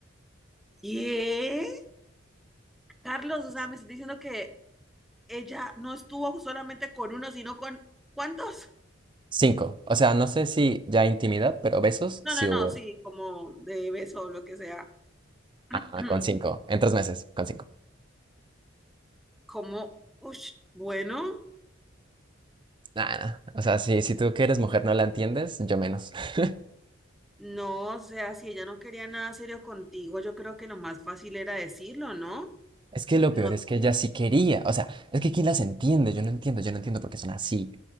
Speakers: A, in the centre; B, on the right (about 25°).
A: ¿Qué? Carlos,
B: Sí,
A: o sea,
B: sí.
A: me estás diciendo que ella no estuvo solamente con uno, sino con ¿cuántos?
B: Cinco. O sea, no sé si ya intimidad, pero besos
A: No,
B: sí
A: no,
B: hubo.
A: no, sí, como de beso o lo que sea. <clears throat>
B: Ah, con cinco, en tres meses, con cinco.
A: Como, ush, bueno,
B: Nada, o sea, si, si tú que eres mujer no la entiendes, yo menos. <laughs>
A: no, o sea, si ella no quería nada serio contigo, yo creo que lo más fácil era decirlo, ¿no?
B: Es que lo
A: No
B: peor es que ella sí quería, o sea, es que ¿quién las entiende? Yo no entiendo, yo no entiendo por qué son así.